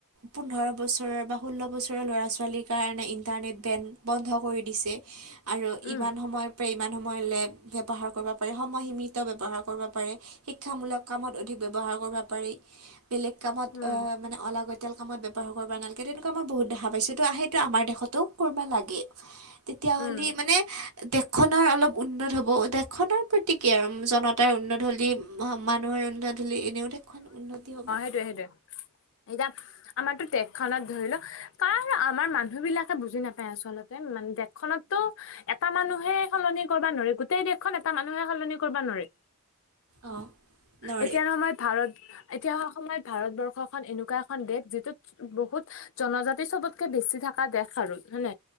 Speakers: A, on the right (about 85°); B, on the left (about 60°).
A: পোন্ধৰ বছৰৰ বা ষোল্ল বছৰৰ ল'ৰা, ছোৱালীৰ কাৰণে ইণ্টাৰনেট বেণ্ড বন্ধ কৰি দিছে। আৰু
B: উম
A: ইমান সময়ৰ পৰা, ইমান সময়লৈ ব্যৱহাৰ কৰিব পাৰি সময়সীমিত ব্যৱহাৰ কৰিব পাৰে, শিক্ষামূলক কামত অধিক ব্যৱহাৰ কৰিব পাৰি, বেলেগ কামত
B: উম
A: আ, মানে অলাগতিয়াল কামত ব্যৱহাৰ কৰিব নালাগে, তেনেকুৱা মই বহুত দেখা পাইছোঁ, ত' সেইটো আমাৰ দেশতো কৰিব লাগে।
B: <inaudible>
A: তেতিয়াহ'লে
B: উম
A: মানে দেশখনৰ অলপ উন্নত হ'ব, দেশখনৰ প্ৰতি কি আৰু জনত তাৰ উন্নত হ'লি, মানুহৰ উন্নত হ'লি, এনেও দেশখন উন্নতি হ'ব।
B: সেইটোয়ে, সেইটোয়ে এতিয়া আমাৰো দেশখনত ধৰি ল কাৰ আমাৰ মানুহবিলাকে বুজি নাপায় আচলতে, মানে দেশখনতো এটা মানুহে সলনি কৰিবা নোৱাৰে, গোটেই দেশখন এটা মানুহে সলনি কৰিবা নোৱাৰে।
A: অ', নোৱাৰে।
B: এতিয়াৰ সময়ত ভাৰত এতিয়া অসমত ভাৰতবৰ্ষখন এনেকুৱা এখন দেশ, যিটোত বহুত জনজাতি চবতকে বেছি থকা দেশ আৰু হয়নে?